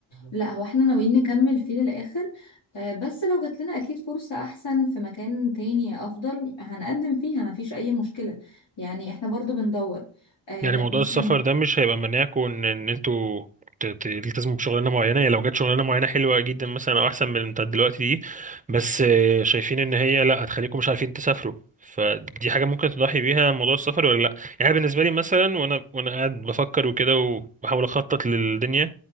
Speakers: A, on the left (about 65°); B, on the right (about 15°).
A: لا هو احنا ناويين نكمل فيه للآخر آه، بس لو جات لنا أكيد فرصة أحسن في مكان تاني أفضل هنقدم فيها مفيش أي مشكلة يعني احنا برضو بندور آه،
B: يعني
A: لو
B: موضوع
A: مثلا
B: السفر ده مش هيبقى مناعكم ان ان انتوا ت- ت- تلتزموا بشغلانه معينه يعني لو جت شغلانه معينه حلوه جدا مثلا او احسن من اللي بتاعت دلوقتي دي بس آه، شايفين ان هي لا هتخليكم مش عارفين تسافروا فدي حاجه ممكن تضحي بيها موضوع السفر ولا لا يعني بالنسبه لي مثلا وانا وانا قاعد بفكر وكده وبحاول اخطط للدنيا